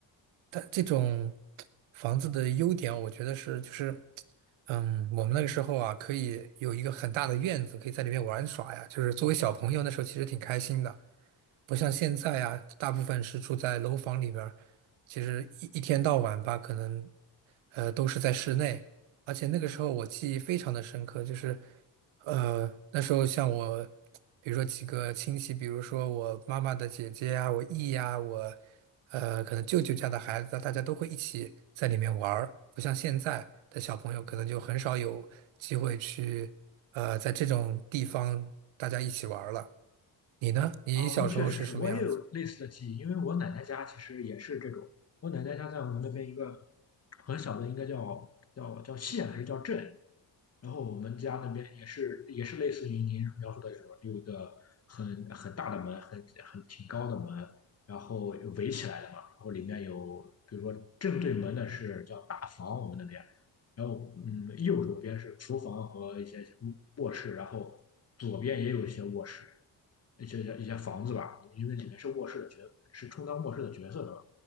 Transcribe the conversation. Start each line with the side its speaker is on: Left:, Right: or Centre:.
Right: 但这种房子的优点，我觉得是就是，嗯，我们那个时候啊，可以有一个很大的院子，可以在里面玩耍呀。就是作为小朋友，那时候其实挺开心的。不像现在啊，大部分是住在楼房里边儿，其实一一天到晚吧，可能呃都是在室内。而且那个时候我记忆非常的深刻，就是呃那时候像我，比如说几个亲戚，比如说我妈妈的姐姐啊，我姨呀、我呃可能舅舅家的孩子啊，大家都会一起在里面玩儿。不像现在的小朋友，可能就很少有机会去呃在这种地方大家一起玩儿了。你呢？你小时候是什么样子？
Left: 哦，那确实是，我也有类似的记忆，因为我奶奶家其实也是这种。我奶奶家在我们那边一个很小的，应该叫叫叫县还是叫镇，然后我们家那边也是也是类似于您描述的这种，有一个很很大的门，很很挺高的门，然后围起来的嘛，然后里面有，比如说正对门的是叫大房，我们那边，然后嗯，右手边是厨房和一些卧室，然后左边也有一些卧室，一些一些房子吧，因为里面是卧室的角，是充当卧室的角色的嘛。